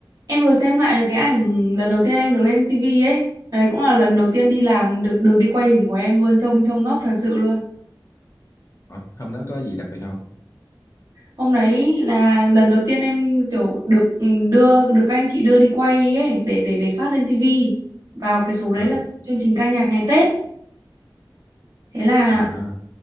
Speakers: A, on the right (about 50°); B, on the left (about 40°).
A: Em vừa xem lại cái ảnh lần đầu tiên em được lên tivi ấy. Lần Đấy cũng là lần đầu tiên đi làm được được đi quay hình của em luôn, trông trông ngốc thật sự luôn.
B: Ủa, hôm đó có gì đặc biệt không?
A: Hôm đấy là lần đầu tiên em kiểu được ừ, đưa được các anh chị đưa đi quay ấy để để để phát lên tivi. Vào cái số đấy
B: À,
A: là chương trình ca nhạc ngày Tết. Thế là
B: à,